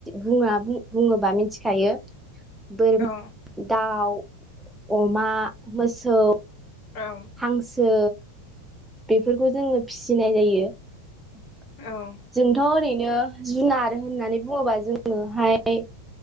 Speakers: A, in the centre; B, on the left (about 45°).
A: बुङा बुङोबा मिथिखायो बोर
B: औ
A: <inaudible> दाउ अमा मोसौ
B: औ
A: हांसो बेफोरखौ जोङो फिसिनाय जायो। <inaudible>
B: औ
A: जोंथ' ओरैनो ओ जुनार होननानै बुङोबा जोङोहाय